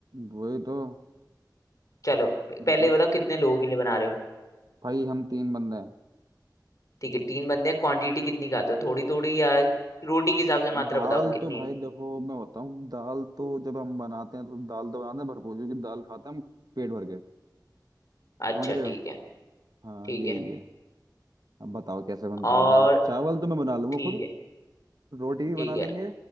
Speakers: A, on the right; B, on the left.
A: वही तो
B: चलो प-
A: बताओ
B: पहले ये बताओ कितने लोगों के लिए बना रहे हो
A: भाई हम तीन बंदे हैं
B: ठीक है तीन बंदे क्वांटिटी कितनी खाते हो थोड़ी थोड़ी या रोटी के हिसाब से मात्रा
A: दाल
B: बताओ कितनी
A: तो भाई देखो मैं बताऊँ दाल तो जब हम बनाते हैं तो दाल तो बनाते हैं भरपूर क्योंकि दाल खाते हैं हम पेट भर के
B: अच्छा
A: समझ रहे हो
B: ठीक है
A: हाँ
B: ठीक
A: यही
B: है
A: है अब बताओ कैसे बनता
B: और
A: है दाल चावल तो मैं बना लूंगा
B: ठीक
A: खुद
B: है
A: रोटी भी बना
B: ठीक
A: लेंगे
B: है